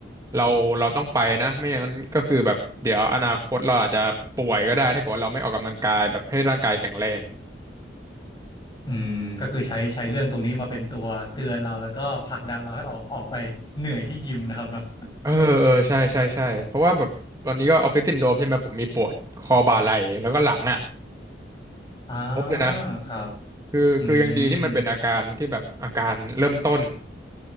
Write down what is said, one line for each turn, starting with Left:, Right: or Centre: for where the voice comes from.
Right: เราเราต้องไปนะไม่อย่างนั้นก็คือแบบเดี๋ยวอนาคตเราอาจจะป่วยก็ได้ถ้าเกิดว่าเราไม่ออกกำลังกายแบบให้ร่างกายแข็งแรง
Left: อืมก็คือใช้ใช้เรื่องตรงนี้มาเป็นตัวเตือนเราแล้วก็ผลักดันเราให้เราออกออกไปเหนื่อยที่ยิมนะครับเนาะ
Right: เออเออใช่ใช่ใช่เพราะว่าแบบตอนนี้ก็ออฟฟิศซินโดรมใช่ไหมผมมีปวดคอบ่าไหล่แล้วก็หลังอ่ะ
Left: <laughs> อ่า
Right: ครบเลยนะ
Left: ครับ
Right: คือคือยังดีที่มันเป็นอาการที่แบบอาการเริ่มต้น
Left: อืม